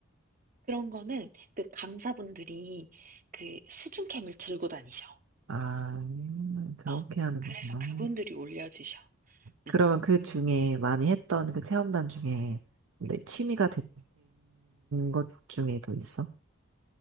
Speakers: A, on the right (about 40°); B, on the right (about 80°).
A: 그런 거는 그 강사분들이 그 수중캠을 들고 다니셔.
B: 아, 음, 그렇게
A: 어,
B: 하는
A: 그래서
B: 거구나.
A: 그분들이 올려주셔.
B: 그러면
A: 응.
B: 그 중에 많이 했던 그 체험단 중에 내 취미가 된 것 중에 더 있어?